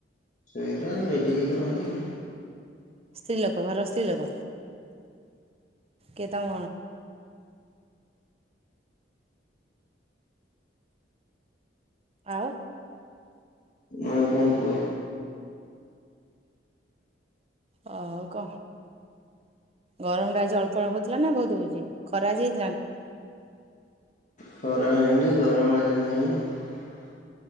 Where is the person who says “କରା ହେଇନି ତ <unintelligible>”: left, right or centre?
Left